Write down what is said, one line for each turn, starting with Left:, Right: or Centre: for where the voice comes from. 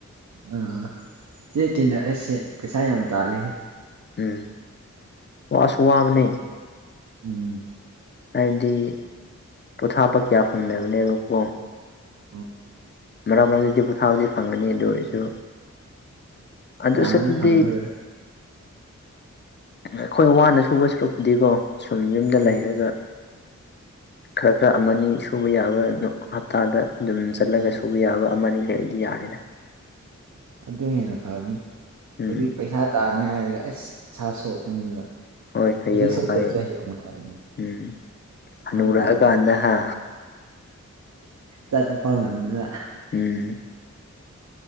Right: ꯑꯥ ꯆꯦꯛꯀꯤꯅ ꯑꯩꯁꯦ ꯄꯩꯁꯥ ꯌꯥꯝ ꯇꯥꯂꯦ
Left: ꯎꯝ ꯋꯥꯁꯨ ꯋꯥꯕꯅꯦ
Right: ꯎꯝ
Left: ꯍꯥꯏꯕꯗꯤ ꯄꯣꯊꯥꯕ ꯀꯌꯥ ꯐꯪꯗꯕꯅꯦꯕꯀꯣ
Right: ꯎꯝ
Left: ꯃꯔꯛ ꯃꯔꯛꯇꯗꯤ ꯄꯣꯊꯥꯗꯤ ꯐꯪꯒꯅꯤ ꯑꯗꯨ ꯑꯣꯏꯔꯁꯨ ꯑꯗꯨ
Right: ꯌꯥꯝꯗꯤ
Left: ꯁꯥꯔꯨꯛꯄꯨꯗꯤ
Right: ꯐꯪꯉꯔꯣꯏ
Left: ꯑꯈꯣꯏ ꯋꯥꯅ ꯁꯨꯕ ꯁꯔꯨꯛꯄꯨꯗꯤꯀꯣ ꯁꯨꯝ ꯌꯨꯝꯗ
Right: ꯎꯝ
Left: ꯂꯩꯔꯒ ꯈꯔ ꯈꯔ ꯑꯃꯅꯤ ꯁꯨꯕ ꯌꯥꯕ ꯍꯞꯇꯥꯗ ꯑꯗꯨꯝ ꯆꯠꯂꯒ
Right: ꯎꯝ
Left: ꯁꯨ ꯑꯃꯅꯤ ꯂꯩꯗꯤ ꯌꯥꯔꯦꯗ
Right: ꯑꯗꯨ ꯍꯦꯟꯅ ꯐꯕꯅꯤ
Left: ꯎꯝ
Right: ꯑꯗꯨꯏ ꯄꯩꯁꯥ ꯇꯥꯅꯤ ꯍꯥꯏꯔꯒ ꯑꯁ ꯏꯁꯥ ꯁꯣꯛꯀꯅꯤꯕ
Left: ꯍꯣꯏ ꯍꯌꯦꯡꯋꯥꯢ
Right: ꯍꯧꯖꯤꯛ ꯁꯣꯛꯇ꯭ꯔꯁꯨ ꯍꯌꯦꯡ ꯋꯥꯏ
Left: ꯎꯝ ꯍꯅꯨꯔꯛ
Right: ꯑꯍꯟ ꯑꯣꯏꯔꯛꯄ
Left: ꯑ ꯀꯥꯟꯗ ꯍꯥ
Right: ꯆꯠꯄ ꯐꯥꯎ ꯉꯝꯗꯅ
Left: ꯎꯝ